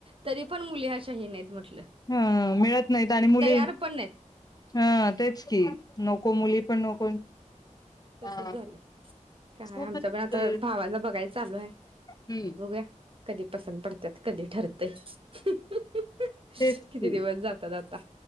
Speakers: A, on the right; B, on the left.
A: तरी पण मुली अशा हे नाहीत म्हटलं.
B: हां मिळत नाहीत आणि मुली
A: तयार पण नाहीत
B: हा तेच की नको मुली <unintelligible>
A: तसच
B: हा
A: झाले काय
B: खूपच
A: आमच पण
B: म्हणजे
A: आता भावांना बघाय चालू आहे आता
B: हम्म
A: बघूया. कधी पसंत पडत्यात. कधी ठरतय. <inaudible>
B: तेच
A: किती
B: की
A: दिवस जाता जाता